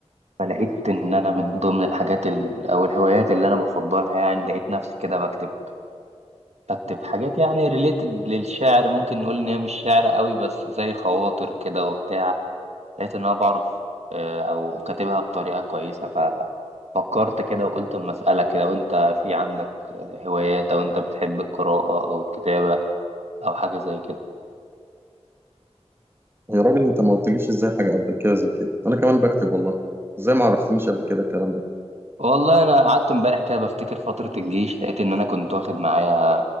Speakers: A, on the right (about 75°); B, on the right (about 20°).
A: فلقيت ان انا من ضمن الحاجات ال... او الهوايات اللي انا بفضلها يعني لقيت نفسي كده بكتب بكتب حاجات يعني ريليتد للشعر ممكن نقول ان هي مش شعر قوي بس زي خواطر كده وبتاع لقيت ان انا بعرف آه، او كاتبها بطريقة كويسة فكرت كده وقلت اما اسالك لو انت في عندك هوايات او انت بتحب القراءه او الكتابه او حاجه زي كده
B: يا راجل انت ما قلتليش ازاي حاجه قبل كده زي كده انا كمان بكتب والله ازاي ما عرفتنيش قبل كده الكلام ده
A: والله انا قعدت امبارح كده بفتكر فتره الجيش لقيت ان انا كنت واخد معايا